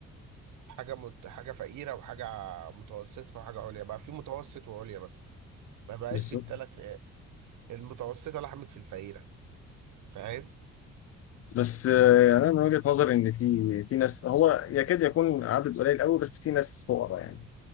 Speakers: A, on the right; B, on the left.
A: حاجة مت... حاجة فقيرة وحاجة متوسطة وحاجة عليا بقى في متوسط وعليا بس ما بقاش
B: بالظبط
A: في التلات فئات المتوسطة لحمت في الفقيرة فاهم
B: بس آه، يعني انا من وجهة نظري ان في في ناس هو يكاد يكون عدد قليل قوي بس في ناس فقراء يعني